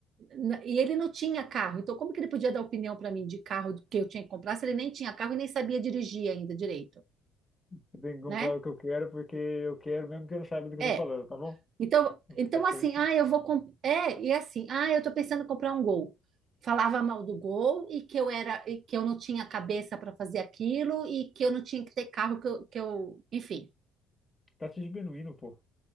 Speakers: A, on the right (about 55°); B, on the left (about 20°).
A: N- E ele não tinha carro, então como que ele podia dar opinião para mim de carro que eu tinha que comprar se ele nem tinha carro e nem sabia dirigir ainda direito,
B: Eu tenho que comprar
A: né?
B: o que eu quero porque eu quero mesmo que eu não saiba do que
A: É,
B: eu tô falando, tá bom?
A: Então, então
B: Basicamente,
A: assim, ah,
B: isso.
A: eu vou comp... é, e assim, ah, eu tô pensando em comprar um Gol. Falava mal do Gol e que eu era e que eu não tinha cabeça para fazer aquilo e que eu não tinha que ter carro que eu, que eu... enfim.
B: tá se diminuindo, pô.